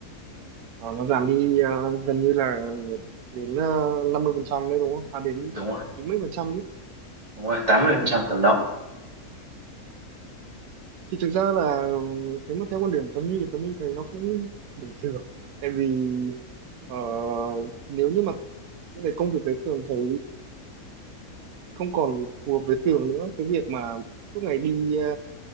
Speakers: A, on the right; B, on the right.
A: à, nó giảm đi ờ, gần như là đến uh, năm mươi phần trăm đấy đúng không à đến
B: đúng không?
A: chín mươi phần trăm chứ
B: đúng rồi tám
A: à,
B: mươi phần trăm tầm đó
A: thì thực ra là nếu mà theo quan điểm Tuấn Huy thì Tuấn Huy thấy nó cũng bình thường tại vì ờ, nếu như mà những cái công việc đấy Tường thấy không còn phù hợp với Tường nữa cái việc mà suốt ngày đi ờ,